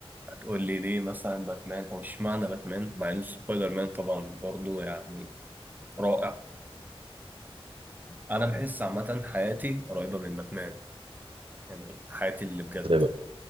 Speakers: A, on the right; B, on the right.
A: هتقول لي ليه مثلا باتمان او اشمعنى باتمان مع ان سبايدر مان طبعا برضو يعني رائع انا بحس عامه حياتي قريبه من باتمان يعني حياتي اللي بجد
B: <laughs> ازاي بقى